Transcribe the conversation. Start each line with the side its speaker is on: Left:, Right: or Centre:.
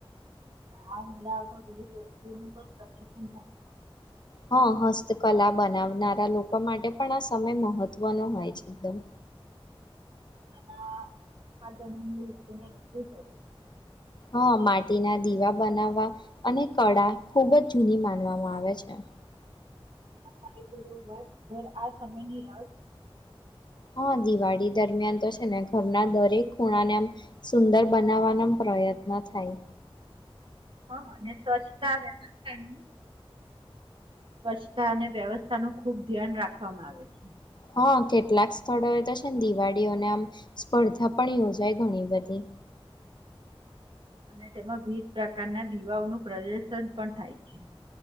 Right: આ મેળામાં વિવિધ વસ્તુઓનું પણ પ્રદર્શન થાય
Left: હા હસ્તકલા બનાવનારા લોકો માટે પણ આ સમય મહત્વનો હોય છે એકદમ
Right: આના ઉત્પાદનો નું લોકોને રજૂ કરે
Left: હા માટીના દીવા બનાવવા અને કળા ખૂબ જ જૂની માનવામાં આવે છે.
Right: કારગરો ઘર ઘર આ સમયની રાસ
Left: હા દિવાળી દરમિયાન તો છે ને ઘરના દરેક ખૂણાને આમ સુંદર બનાવવાના પ્રયત્ન થાય
Right: હા અને સ્વચ્છતા વ્યવસ્થા નું સ્વચ્છતા અને વ્યવસ્થા નું ખુબ ધ્યાન રાખવામાં આવે છે
Left: હા કેટલાક સ્થળો એ તો છે ને દિવાળીઓને આમ સ્પર્ધા પણ યોજાય ઘણી બધી
Right: અને તેમાં વિવિધ પ્રકારના દીવાઓનું પ્રદર્શન પણ થાય છે